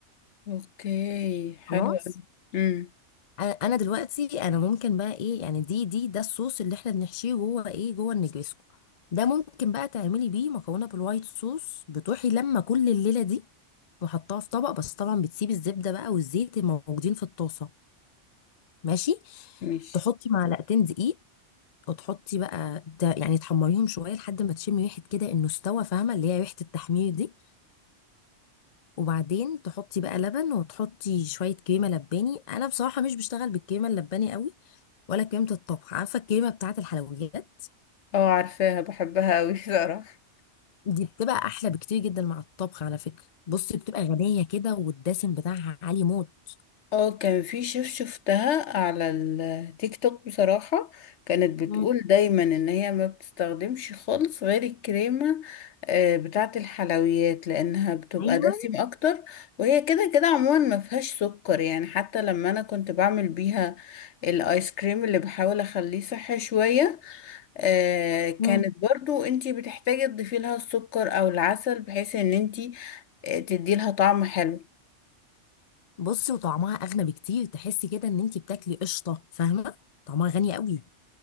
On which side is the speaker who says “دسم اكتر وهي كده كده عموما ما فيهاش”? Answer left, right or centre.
Left